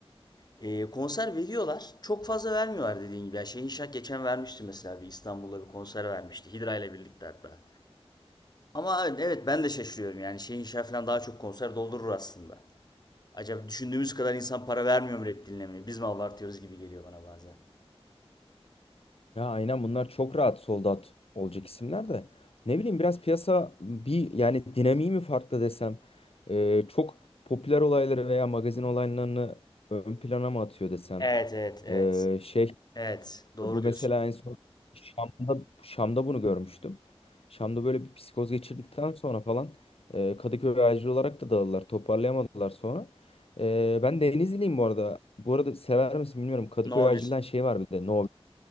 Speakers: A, on the left (about 40°); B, on the left (about 65°).
A: Ee, konser veriyorlar. Çok fazla vermiyorlar dediğin gibi. Yani Şehin Şah geçen vermişti mesela bir İstanbul'da bir konser vermişti. Hidra ile birlikte hatta. Ama evet, evet ben de şaşırıyorum yani Şehin Şah falan daha çok konser doldurur aslında. Acaba düşündüğümüz kadar insan para vermiyor mu rap dinlemeye? Biz mi abartıyoruz gibi geliyor bana bazen.
B: Ya aynen bunlar çok rahat sold out olacak isimler de. Ne bileyim biraz piyasa bir yani dinamiği mi farklı desem Ee, çok popüler olayları veya magazin olaylarını ön plana mı atıyor desem
A: Evet, evet, evet.
B: Ee, şey
A: Evet, doğru
B: Bu
A: diyorsun.
B: mesela en son Şam'da, Şam'da bunu görmüştüm. Şam'da böyle bir psikoz geçirdikten sonra falan e, Kadıköy acil olarak da dağıldılar. Toparlayamadılar sonra. E, ben Denizliyim bu arada. Bu arada sever misin bilmiyorum. Kadıköy
A: No
B: acilden
A: 1.
B: şey var bir de. No.